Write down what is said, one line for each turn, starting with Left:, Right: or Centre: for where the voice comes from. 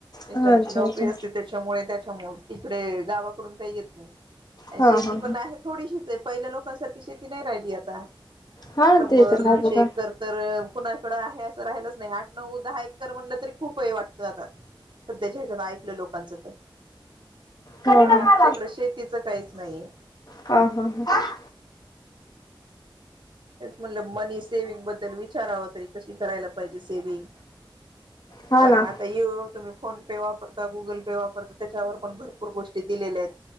Left: हा
Right: मिांची
Left: अच्छा
Right: नोकरी
Left: अच्छा
Right: असते त्याच्यामुळे त्याच्यामुळे तिकडे गावाकडून काही येत नाही
Left: हा
Right: शेती
Left: हा
Right: पण आहे थोडीशीच आहे पहिल्या लोकांसारखी शेती नाही राहिली आता
Left: हा हा
Right: शंभर
Left: ते तर
Right: दोनशे
Left: आहे बघा.
Right: एककर तर इ आहे असं राहिलंच नाही आठ नऊ दहा एकर म्हणलं तरी खूप हे वाटतं आता सध्याच्या्याच्यात ऐकलं लोकांचं ते
Left: हा
Right: त्याच्यामुळे
Left: हा
Right: आमच्या
Left: हा
Right: इकडं शेतीचं काहीच नाहीये
Left: ह ह ह
Right: म्हणलं मनी सेविंग बद्दल विचारावं तरी कशी करायला पाहिजे सेविंग
Left: हा
Right: कारण
Left: ना.
Right: आता ये तुम्ही फोन पे वापरता गुगल पे वापरता त्याच्यावर पण भरपूर गोष्टी दिलेल्या आहेत